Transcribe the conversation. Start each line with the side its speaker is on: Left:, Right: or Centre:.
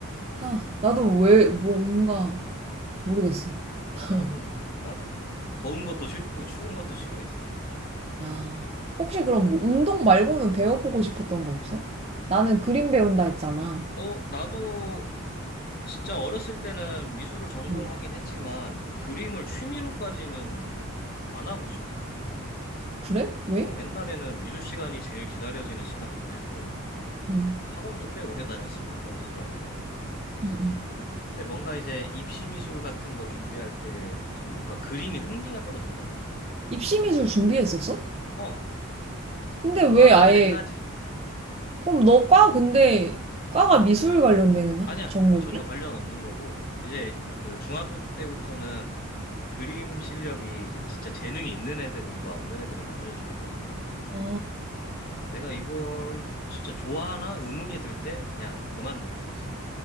Right: 하 나도 왜 뭐, 뭔가 모르겠어 <laughs>
Left: 나는, 나도 그래. 더운 것도 싫고 추운 것도 싫어, 이제는.
Right: 아 혹시 그럼 뭐 운동 말고는 배워보고 싶었던 거 없어? 나는 그림 배운다 했잖아
Left: 어, 나도 진짜 어렸을 때는 미술을 전공하긴
Right: 응.
Left: 했지만 그림을 취미로까지는 안 하고 싶어.
Right: 그래? 왜?
Left: 어, 옛날에는 미술 시간이 제일 기다려지는 시간이기도 했고,
Right: 응.
Left: 학원도 꽤 오래 다녔으니까 미술학원을.
Right: 응, 응.
Left: 근데 뭔가 이제 입시 미술 같은 거 준비할 때부터 뭔가 그림이 흥미가 떨어진다고 해야 되나?
Right: 입시미술 준비했었어?
Left: 어,
Right: 근데 왜
Left: 중학교
Right: 아예
Left: 때까지.
Right: 그럼 너과 근데 과가 미술 관련된
Left: 아니야,
Right: 전공이야?
Left: 전혀 관련 없는 거고, 이제 그 중학교 때부터는 그림 실력이 이제 진짜 재능이 있는 애들과 없는 애들이 나뉘어지기도 하고,
Right: 아,
Left: 내가 이걸 진짜 좋아하나 의문이 들 때 그냥 그만두게 됐지.